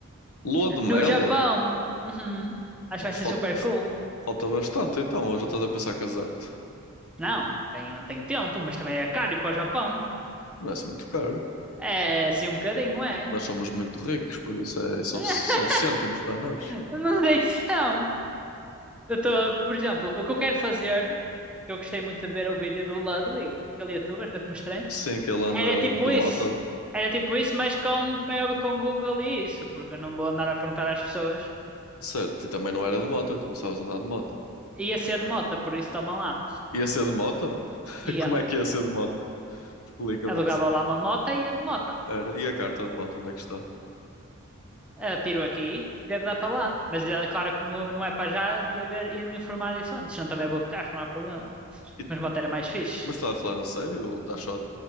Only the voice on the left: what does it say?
Lua de
mel?
Falta,
falta bastante, então. Ou já estás a pensar casar-te?
Não é assim muito caro.
Nós somos muito ricos, por isso é- são,
são cêntimos para nós.
Sim, que ele anda
de
moto.
Certo, e também não era de moto, tu não sabes andar de moto.
Ia ser de moto? <laughs>
Como é que ia ser de moto? Explica-me
essa.
Era. E a carta de moto, onde é que está?
E-
mas estás a falar a sério ou estás só a